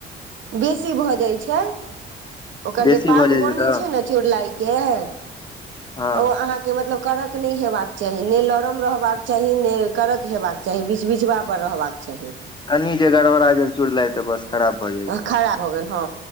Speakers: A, on the right (about 70°); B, on the left (about 25°).
A: बेसी भऽ जाइ छै ओकर
B: बेसी
A: जे पाक
B: भऽ जाइ
A: बनै
B: तऽ
A: छै ने चुड़लाइ के ओ
B: हँ
A: अहाँके मतलब कड़क नहि हेबाक चाही नै लरम रहबाक चाही नय कड़क हेबाक चाही बिचबीचबा पर रहबाक चाही
B: कनि जे गड़बड़ा गेल चुड़लाइ तऽ बस खराब भऽ जाइ छै
A: खड़ा हो गेल हँ